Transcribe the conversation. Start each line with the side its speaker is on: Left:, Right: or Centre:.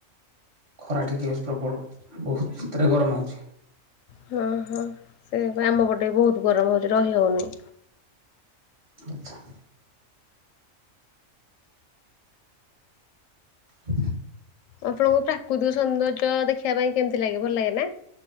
Right: ଖରା ଟିକିଏ ପ୍ରବଳ ବହୁତ ଭିତରେ ଗରମ ହଉଛି।
Left: ହଁ ହଁ ସେ ବା ଆମ ପଟେ ବି ବହୁତ ଗରମ ହଉଛି ରହି ହଉନି।
Right: ଆଚ୍ଛା। ହଁ।
Left: ଆପଣଙ୍କୁ ପ୍ରାକୃତିକ ସୌନ୍ଦର୍ଯ୍ୟ ଦେଖିବା ପାଇଁ କେମିତି ଲାଗେ ଭଲ ଲାଗେ ନା?